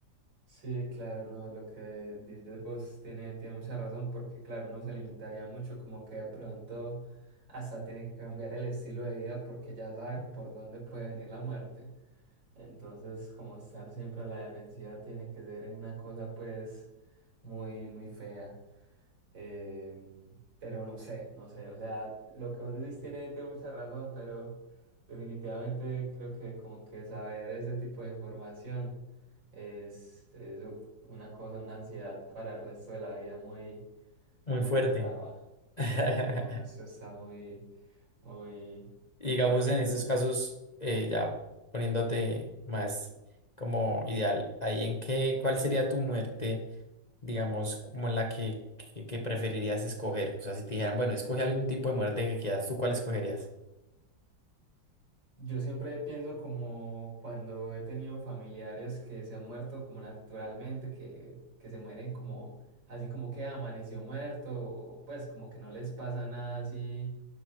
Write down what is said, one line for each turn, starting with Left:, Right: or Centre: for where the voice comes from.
Right: sí, claro, no, lo que dices vos tiene, tiene mucha razón porque, claro, uno se limitaría mucho, como que de pronto hasta tiene que cambiar el estilo de vida porque ya sabe por dónde puede venir la muerte. Entonces, como estar siempre a la defensiva tiene que ser una cosa, pues, muy, muy fea. Em, pero no sé, no sé, o sea, lo que vos decís tiene, tiene mucha razón, pero definitivamente creo que como que saber ese tipo de información es, es uf, una cosa, una ansiedad para el resto de la vida muy,
Left: Muy
Right: muy
Left: fuerte.
Right: brava. Sí,
Left: <laughs>
Right: no, eso está muy, muy,
Left: Y
Right: muy
Left: Digamos,
Right: impresionante.
Left: en esos casos, eh, ya poniéndote más como ideal, ahí en qué, ¿cuál sería tu muerte? digamos, como la que, que, que preferirías escoger? O sea, si te dijeran, bueno, escoge algún tipo de muerte que quieras, ¿tú cuál escogerías?
Right: Yo siempre pienso como cuando he tenido familiares que se han muerto como naturalmente, que, que se mueren como así como que amaneció muerto, o pues como que no les pasa nada así